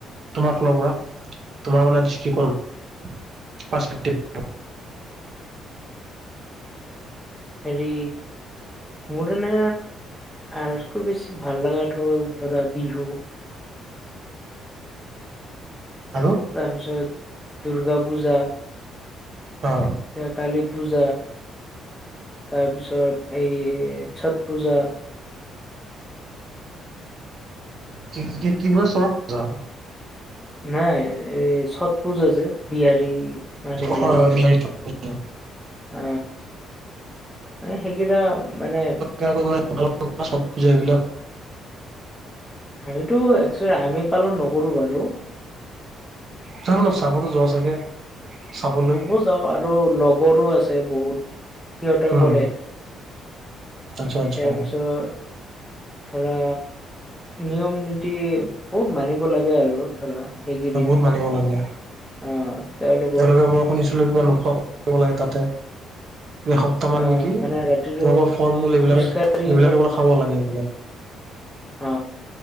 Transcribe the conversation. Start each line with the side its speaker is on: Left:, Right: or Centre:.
Right: তোমাৰ ফালৰ পৰা তোমাৰ মানে দৃষ্টিকোণ ফ্ৰাস্ট একটিভত।
Centre: হেৰি। মোৰ ন আৰু বেছি ভাল লাগা হ'ল ধৰা বিহু।
Right: আৰু
Centre: তাৰ পিছত দুৰ্গা পূজা।
Right: অ।
Centre: এতিয়া কালী পূজা তাৰপিছত এই ছট পূজা।
Right: কি কৈছা চৰত পূজা।
Centre: নাই এই ছট পূজা যে বিহাৰী মানুহ বিলাকে
Right: হয় হয়
Centre: যে।
Right: বিহাৰী চৰক পূজা
Centre: অ মানে সেইকেইটা মানে।
Right: গাওঁ ব্যৱহাৰ আমাৰ ছতপূজা এই বিলাক।
Centre: আমিতো একচেল আমি পালন নকৰো বাৰু।
Right: ত ল চাবতো যোৱা চাগে চাবলৈ।
Centre: যাউ আৰু লগৰো আছে বহুত। সিহটৰ
Right: উম
Centre: কৰে
Right: আচ্ছা আচ্ছা
Centre: তাৰপিছত। ধৰা নিয়ম নীতি বহুত মানিব লাগে আৰু ধৰা সেইকেইদিন।
Right: বহুত মানিব লাগে।
Centre: অ তেওঁলোকৰ।
Right: তেওঁলোকে মই শুনিছিল কিবা নোখোৱা কৰিব লাগে তাতে। এসপ্তাহ মান
Centre: আহ
Right: নেকি
Centre: মানে ৰাতিটো
Right: তোমোকৰ ফল -মূল এইবিলাকে
Centre: খোজকাঢ়ি
Right: এইবিলাকে বো খাব লাগে।
Centre: অ